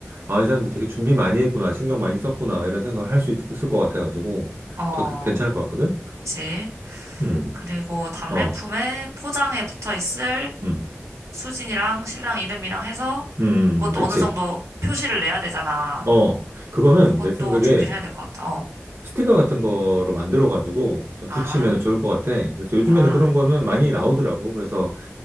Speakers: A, on the right; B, on the right.
A: 아, 이 사람들 되게 준비 많이 했구나, 신경 많이 썼구나, 이런 생각을 할 수 있을 것 같아가지고
B: 어, 어,
A: 더 괜찮을 것 같거든?
B: 그치.
A: 음,
B: 그리고 답례품에
A: 어,
B: 포장에 붙어 있을
A: 음,
B: 수진이랑 신랑 이름이랑 해서
A: 음,
B: 그것도
A: 음, 그치.
B: 어느 정도 표시를 내야 되잖아.
A: 어, 그거는
B: 그것도
A: 내 생각에
B: 준비를 해야 될 것 같아. 어.
A: 스티커 같은 거로 만들어가지고 좀
B: 아,
A: 붙이면 좋을 것 같아. 그래서 요즘에는
B: 아,
A: 그런 거는 많이 나오더라고. 그래서,